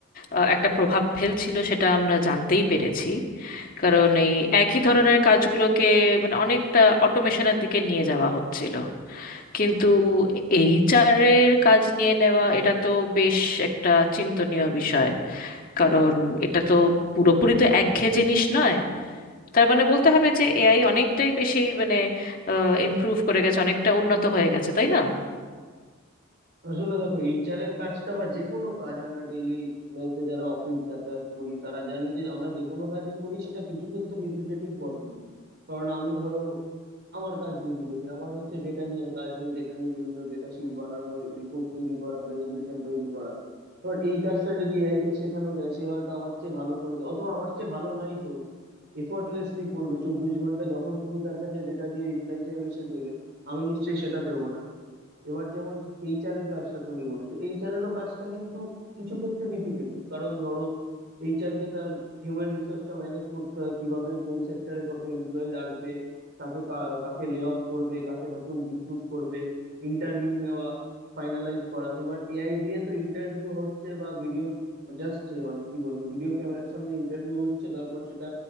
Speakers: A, on the left (about 45°); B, on the right (about 50°).
A: আহ, একটা প্রভাব ফেলছিল সেটা আমরা জানতেই পেরেছি কারণ এই একই ধরনের কাজগুলোকে মানে অনেকটা অটোমেশনের দিকে নিয়ে যাওয়া হচ্ছিল কিন্তু এইচআর এর কাজ নিয়ে নেওয়া এটা তো বেশ একটা চিন্তনীয় বিষয় কারণ এটা তো পুরোপুরি তো একঘেয়ে জিনিস নয় তার মানে বলতে হবে যে এআই অনেকটাই বেশি মানে ইমপ্রুভ করে গেছে অনেকটা উন্নত হয়ে গেছে তাই না
B: আসলে দেখো এইচআর এর কাজটা বা যে কোনো কাজ আমরা ডেইলি লাইফে যারা অফিস যাতায়াত করি তারা জানি যে আমরা যে কোনো কাজই করি সেটা কিছু ক্ষেত্রে রিপিটেটিভ বটেই কারণ আমি ধরো আমার কাজ যদি বলি আমার হচ্ছে ডেটা নিয়ে কাজ আমি ডেটা নিয়ে বিভিন্ন ডেটা শিট বানানো রিপোর্ট তৈরি করা প্রেজেন্টেশন তৈরি করা এবার এই কাজটা যদি এআই কে শেখানো যায় সে হয়তো আমার চেয়ে ভালো করবে অথবা আমার চেয়ে ভালো নাই করুক এফোর্টলেসলি করবে চব্বিশ ঘন্টা যখন তুমি তার কাছে ডেটা দিয়ে রিপ্লাই চাইবে সে দেবে আমি নিশ্চয়ই সেটা দেবো না এবার যেমন এইচআর এর কাজটা তুমি বলছো এইচআর এরও কাজটা কিন্তু কিছু ক্ষেত্রে রিপিটেটিভ কারণ ধরো এইচআর কে তার হিউম্যান রিসোর্সটা ম্যানেজ করতে হয় কিভাবে কোন সেক্টরে কত এমপ্লয়ি রাখবে কাকে কা- কাকে লে অফ করবে কাকে নতুন রিক্রুট করবে ইন্টারভিউ নেওয়া ফাইনালাইজ করা এবার এআই দিয়ে তো ইন্টারভিউ হচ্ছে বা ভিডিওর জাস্ট মানে কি বলবো ভিডিও ক্যামেরার সামনে ইন্টারভিউ হচ্ছে তারপর সেটা